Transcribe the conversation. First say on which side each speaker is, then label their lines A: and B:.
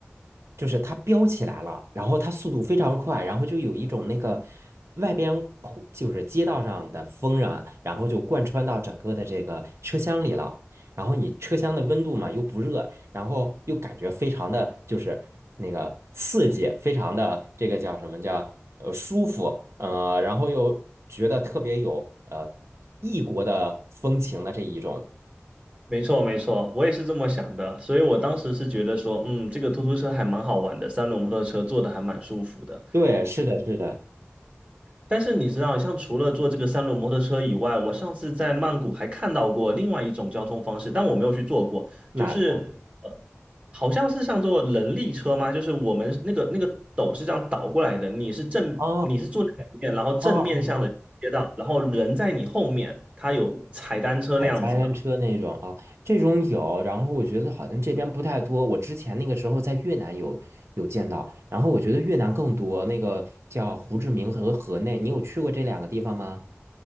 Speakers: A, on the right; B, on the right.
A: 就是它飙起来了，然后它速度非常快，然后就有一种那个外边空就是街道上的风啊，然后就贯穿到整个的这个车厢里了，然后你车厢的温度嘛又不热，然后又感觉非常的就是那个刺激，非常的这个叫什么叫呃舒服，呃，然后又觉得特别有呃异国的风情的这一种。
B: 没错，没错，我也是这么想的。所以我当时是觉得说，嗯，这个突突车还蛮好玩的，三轮摩托车坐的还蛮舒服的。
A: 对，是的，是的，
B: 但是你知道，像除了坐这个三轮摩托车以外，我上次在曼谷还看到过另外一种交通方式，但我没有去坐过，
A: 哪个？
B: 就是呃好像是像坐人力车吗？就是我们那个那个斗是这样倒过来的，你是正你是坐在里面，
A: 哦
B: 然后正面向的街道，
A: 哦哦哦，
B: 然后人在你后面，他有踩单车那样子的。
A: 海滩车那种啊，这种有，然后我觉得好像这边不太多。我之前那个时候在越南有有见到，然后我觉得越南更多，那个叫胡志明和河内，你有去过这两个地方吗？